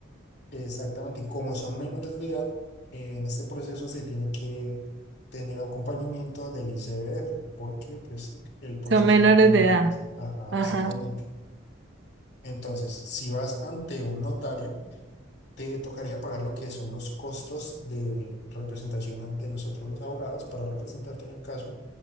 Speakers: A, on the left; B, on the right.
A: exactamente, y como son menores de edad, eh, en este proceso se tiene que tener acompañamiento del ICBF, porque pues el proceso
B: son menores
A: incluye menores.
B: de edad.
A: Ajá,
B: Ajá.
A: exactamente. Entonces, si vas ante un notario, te tocaría pagar lo que son los costos de representación ante nosotros los abogados para representarte en el caso